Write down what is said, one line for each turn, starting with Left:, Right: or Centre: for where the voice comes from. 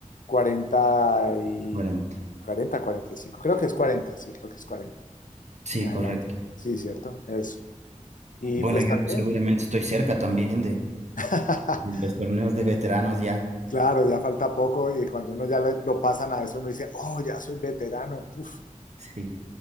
Left: 40 y
Right: Cuarenta.
Left: cuarenta cuarenta y cinco Creo que es cuarenta sí, creo que es 40
Right: Sí,
Left: en adelante.
Right: correcto.
Left: Sí, cierto, eso. Y
Right: Bueno,
Left: pues
Right: yo
Left: también,
Right: seguramente estoy cerca también de,
Left: <laughs>
Right: de los torneos de veteranos ya.
Left: claro, ya falta poco y cuando uno ya le- lo pasan a eso, uno dice, oh, ya soy veterano. Uf,
Right: Sí.